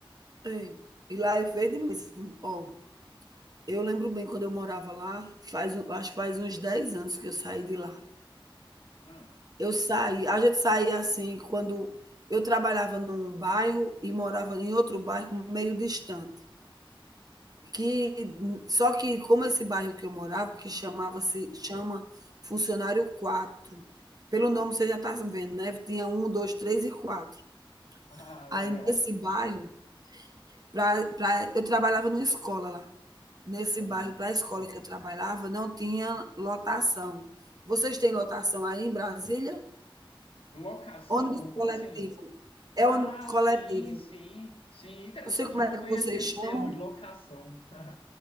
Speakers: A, on the right; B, on the left.
A: é, e lá é verde mesmo. Ó, eu lembro bem quando eu morava lá, faz, um- acho que faz uns 10 anos que eu saí de lá.
B: Ah,
A: Eu saí, a gente saía assim, quando eu trabalhava num bairro e morava em outro bairro meio distante. que só que como esse bairro que eu morava, que chamava-se chama Funcionário quatro Pelo nome você já está vendo, né? Tinha um, dois, três e quatro.
B: <laughs> ah,
A: Aí
B: legal.
A: nesse bairro, pra, pra, eu trabalhava numa escola lá. Nesse
B: Aham.
A: bairro, para a escola que eu trabalhava, não tinha lotação. Vocês têm lotação aí em Brasília?
B: Locação?
A: Ônibus
B: Como
A: coletivo.
B: assim?
A: É
B: Ah,
A: ônibus coletivo.
B: sim, sim, sim. Interessante,
A: Não sei como
B: eu
A: é
B: não
A: que
B: conhecia
A: vocês
B: esse
A: chamam
B: termo de locação. <laughs>